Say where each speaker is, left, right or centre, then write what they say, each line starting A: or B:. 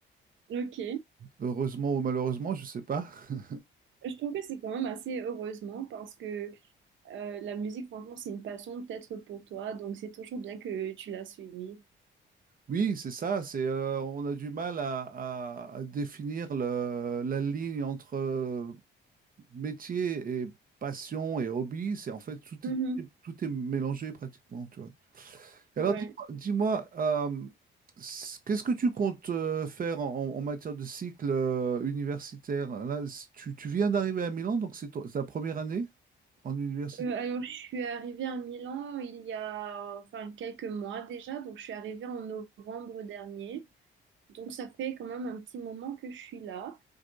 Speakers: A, on the right; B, on the right.
A: Ok.
B: Heureusement ou malheureusement, je sais pas. <laughs>
A: Je trouve que c'est quand même assez heureusement parce que euh, la musique, franchement, c'est une passion peut-être pour toi. Donc, c'est toujours bien que tu l'as suivie.
B: Oui, c'est ça. C'est euh, on a du mal à, à- à définir le- la ligne entre euh, métier et passion et hobby. C'est en fait tout
A: Mhm.
B: est, tout est mélangé pratiquement, tu vois. Et
A: Ouais.
B: Alors dis-moi, dis-moi, euh, s- qu'est-ce que tu comptes euh, faire en, en- en matière de cycle euh, universitaire? Là, c- tu, tu viens d'arriver à Milan, donc c'est ton- c'est ta première année en université.
A: Euh, alors, je suis arrivée à Milan il y a enfin quelques mois déjà, donc je suis arrivée en novembre dernier. Donc ça fait quand même un petit moment que je suis là.